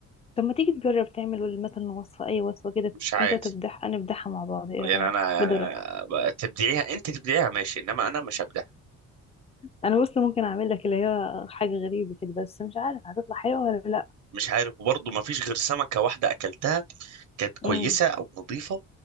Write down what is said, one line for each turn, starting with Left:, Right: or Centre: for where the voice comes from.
Left: طب ما تيجي تجرب تعمل مثلا وصفة اي وصفة كده
Right: مش عايز
Left: انت تبدح انا ابدحها مع بعض ايه رأيك
Right: يعني انا يعني
Left: بذرة
Right: أنا ب- تبدعيها انت تبدعيها ماشي انما انا مش هبدعها
Left: انا بص ممكن اعمل لك اللي هي حاجة غريبة كده بس مش عارف هتطلع حلوة ولا لا
Right: مش عارف وبرضه ما فيش غير سمكة واحدة اكلتها كانت كويسة
Left: امم
Right: او نظيفة